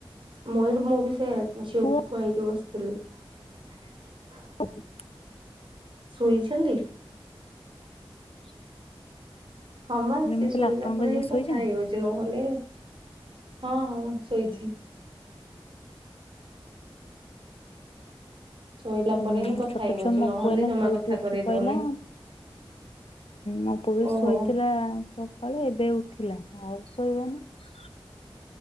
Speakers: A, on the right (about 60°); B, on the left (about 80°).
A: ମୋଏଜ୍ ମୁଁ ବି ସେଆ ଝିଅକୁ
B: ପୁଅ
A: ଖୁଆଇକି ବସଥିଲି ।
B: <inaudible>
A: <inaudible> ଶୋଇଛନ୍ତି?
B: <inaudible>
A: ହଁ ମା
B: ନା
A: ସିଏ
B: ମୁଁ କହିଲି
A: ଶୋଇଲା
B: ଆପଣଙ୍କ
A: ପରେ
B: ଝିଅ
A: ହିଁ
B: ଶୋଇଛନ୍ତି?
A: କଥା ହେଇହଉଚ଼ି ନହେଲେ ହଁ ହଁ ମୁ ଶୋଇଛି । ଶୋଇଲା
B: ହୁଁ
A: ପରେ ହିଁ କଥା
B: ଛୋଟ
A: ହେଇ ହଉଛି
B: ଛୁଆ ମୋ
A: ନହେଲେ
B: ପୁଅ ଏଇନା
A: ଜମା
B: ଶୋଇକି
A: କଥା
B: ଉଠି
A: କରେଇ
B: ପଇଲା
A: ଦଉନି।
B: ମୋ ପୁଅ ଏଇ
A: ଓହୋ
B: ଶୋଇଥିଲା ସକାଳେ ଏବେ ଉଠିଲା । ଆଉ ଶୋଇବନି ।